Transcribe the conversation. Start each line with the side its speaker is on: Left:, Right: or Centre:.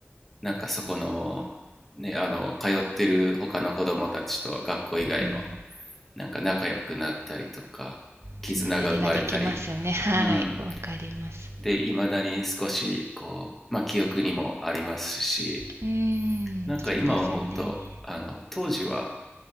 Centre: なんかそこの、ね、あの、通ってる他の子供たちと学校以外の、
Right: うん。
Centre: なんか仲良くなったりとか、絆が生まれたり、
Right: つながりができますよね。はい。
Centre: うん。
Right: わかります。
Centre: で、いまだに少し、こう、まあ、記憶にもありますし、
Right: うーん。
Centre: なんか今思うと、
Right: そうですよね。
Centre: あの、当時は、